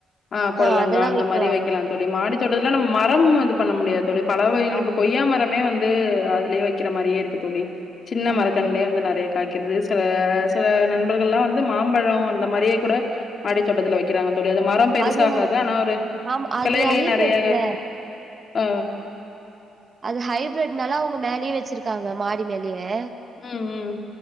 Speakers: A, on the left; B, on the right.
A: அ பொடலங்கா
B: ஆ அதெல்லா
A: அந்த
B: வைக்கலா
A: மாரி வக்கலா தோழி மாடித்தோட்ட ல நம் மரம் வந்து பண்ண முடியாது தோழி பல வகைகள்
B: ஆமாமா
A: இப்ப கொய்யா மரமே வந் து அதுலயே வக்கிற மாரியே இருக்கு தோழி சின்ன
B: ஆமாமா
A: மரக்கன்லயே வந்து நெறய காய்க்கிறது சி சில நண்பர்கள்லா வந்து மாம்பழ அந்த மாரியே கூட மாடி தோட்டத்துல வக்கிறாங்க தோழி அது மரம் பெருசாகாது
B: அது
A: ஆனா ஒரு
B: ஆமா அது
A: கிளையிலயே
B: ஹைபிரிட்ல
A: நெறய ஆ
B: அது ஹைபிரிட்னால அவுங்க மேலயே வச்சிருக்காங்க மாடி மேலயே
A: ம் ம்